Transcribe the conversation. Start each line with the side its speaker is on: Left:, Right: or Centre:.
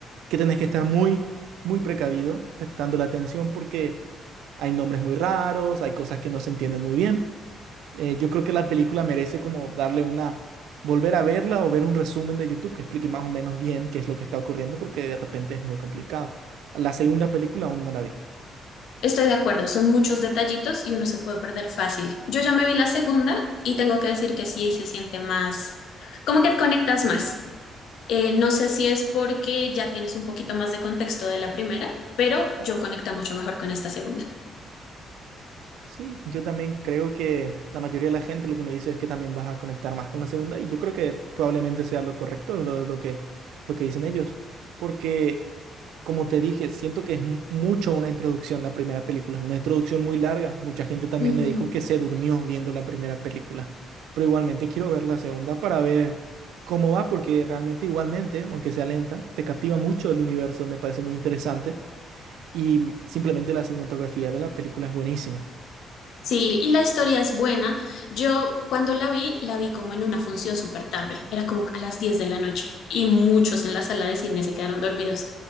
Right: que tenés que estar muy, muy precavido, prestando la atención porque hay nombres muy raros, hay cosas que no se entienden muy bien. Eh, yo creo que la película merece como darle una, volver a verla o ver un resumen de YouTube que explique más o menos bien qué es lo que está ocurriendo porque de repente es muy complicado. La segunda película aún no la vi.
Left: Estoy de acuerdo, son muchos detallitos y uno se puede perder fácil. Yo ya me vi la segunda y tengo que decir que sí, se siente más, como que conectas más. Eh, no sé si es porque ya tienes un poquito más de contexto de la primera, pero yo conecta mucho mejor con esta segunda.
Right: Sí, yo también creo que la mayoría de la gente lo que me dice es que también vas a conectar más con la segunda y yo creo que probablemente sea lo correcto lo, lo que, lo que dicen ellos, porque como te dije, siento que es mu- mucho una introducción la primera película, es una introducción muy larga, mucha gente también
Left: Ujú.
Right: me dijo que se durmió viendo la primera película, pero igualmente quiero ver la segunda para ver cómo va, porque realmente igualmente, aunque sea lenta, te captiva mucho el universo, me parece muy interesante y simplemente la cinematografía de la película es buenísima.
Left: Sí, y la historia es buena. Yo cuando la vi, la vi como en una función súper tarde, era como a las 10 de la noche y muchos en la sala de cine se quedaron dormidos.